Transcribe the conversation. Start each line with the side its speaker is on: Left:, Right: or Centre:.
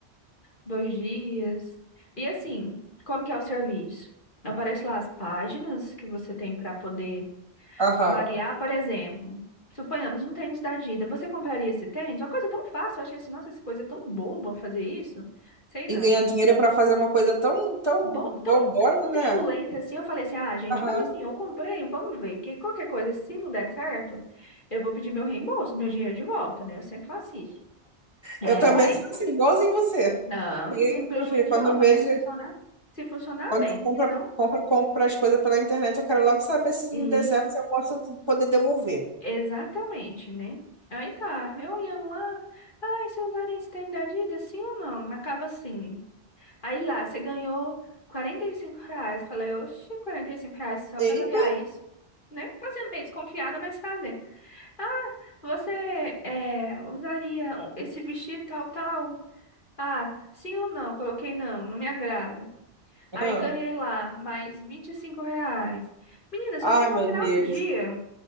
Left: dois dias. E assim, como que é o serviço? Aparece lá as páginas que você tem para poder
Right: Aham.
Left: Avaliar, por exemplo, suponhamos um tênis da Adidas. Você compraria esse tênis? Uma coisa tão fácil, eu achei assim, nossa, essa coisa é tão boba fazer isso. Sei
Right: E
Left: não.
Right: ganhar dinheiro pra fazer uma coisa tão, tão
Left: Bo- tão
Right: bobona,
Left: chuchulenta
Right: né?
Left: assim, eu falei assim, ah, gente,
Right: Aham.
Left: mas assim, eu comprei, vamos ver, que qualquer coisa, se não der certo, eu vou pedir meu reembolso, meu dinheiro de volta, né? Eu sempre faço isso. É,
Right: Eu também
Left: uai.
Right: sou assim, igualzinho você.
Left: Não,
Right: E,
Left: não fico com prejuízo,
Right: meu filho,
Left: não.
Right: quando
Left: Eu
Right: eu
Left: Falei,
Right: vejo.
Left: se funcionar, se funcionar
Right: Quando
Left: bem.
Right: compra,
Left: Se não,
Right: compra, compra as coisas pela internet, eu quero logo saber se
Left: isso.
Right: não der certo, se eu posso poder devolver.
Left: Exatamente, né? Aí tá, eu olhando lá, ai, você usaria esse tênis da Adidas, sim ou não? Marcava sim. Aí lá, você ganhou 45 reais. Falei, oxe, 45 reais só
Right: Eita!
Left: pra avaliar isso, né? Fazendo meio desconfiada, mas fazendo. "Ah, Você é, usaria o- esse vestido tal, tal? Ah, sim ou não? Coloquei não, não me agrada. Aí
Right: Ah.
Left: ganhei lá mais 25 reais. Menina,
Right: Ai,
Left: só sei que
Right: meu
Left: é o final
Right: Deus.
Left: do dia,